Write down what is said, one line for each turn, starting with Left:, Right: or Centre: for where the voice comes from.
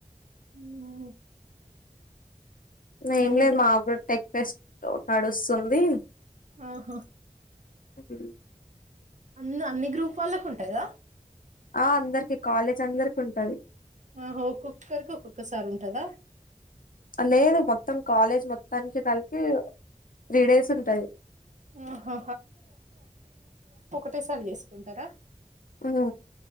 Right: ఉమ్,
Left: ఏమ్
Right: ఏమిటి
Left: లేదు మాగురు టెక్ఫేస్ట్ తో నడుస్తుఉంది
Right: ఆహా
Left: హ
Right: అన్ని అన్ని గ్రూప్ వాళ్ళకు ఉంటాయి గదా
Left: ఆ అందరికి కాలేజ్ అందరికి ఉంటది
Right: ఆహో ఒక్కొ ఒక్కరికి ఒక్కొ ఒక్కసారి ఉంటదా
Left: అద్ లేదు మొత్తం కాలేజ్ మొత్తానికి కలిపి త్రీ డేస్ ఉంటాది
Right: ఆహా ఒకే సారీ చేసుకుంటరా
Left: ఆ